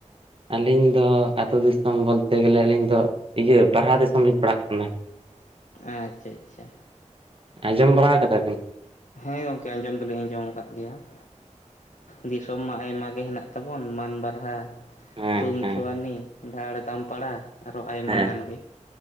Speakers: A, on the right (about 45°); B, on the left (about 80°).
A: ᱟᱹᱞᱤᱧ ᱫᱚ ᱟᱹᱛᱩᱳ ᱫᱤᱥᱚᱢ ᱵᱚᱞᱛᱮ ᱜᱮᱞᱮ ᱟᱹᱞᱤᱧ ᱫᱚ ᱤᱭᱟᱹ ᱵᱟᱨᱦᱟ ᱫᱤᱥᱚᱢ ᱞᱤᱧ ᱯᱟᱲᱦᱟᱜ ᱠᱟᱱᱟ ᱾
B: ᱟᱪᱪᱷᱟ ᱟᱪᱪᱷᱟ,
A: ᱟᱸᱡᱚᱢ ᱵᱟᱲᱟ ᱠᱟᱫᱟ ᱵᱤᱱ?
B: ᱦᱳᱭ ᱜᱚᱝᱠᱮ ᱟᱸᱡᱚᱢ ᱫᱚᱞᱤᱧ ᱟᱸᱡᱚᱢ ᱟᱠᱟᱫ ᱜᱮᱭᱟ ᱾ ᱫᱤᱥᱚᱢ ᱢᱟ ᱟᱭᱢᱟ ᱜᱮ ᱦᱮᱱᱟᱜ ᱛᱟᱵᱚᱱ, ᱢᱟᱱ ᱵᱟᱨᱦᱟ,
A: ᱦᱮᱸ
B: ᱛᱩᱝ
A: ᱦᱮᱸ
B: ᱪᱷᱩᱣᱟᱱᱤ, ᱫᱷᱟᱲ ᱫᱟᱢᱯᱟᱲᱟ, ᱟᱨᱚ ᱟᱭᱢᱟ
A: ᱦᱮᱸ
B: ᱜᱟᱱ ᱜᱮ ᱾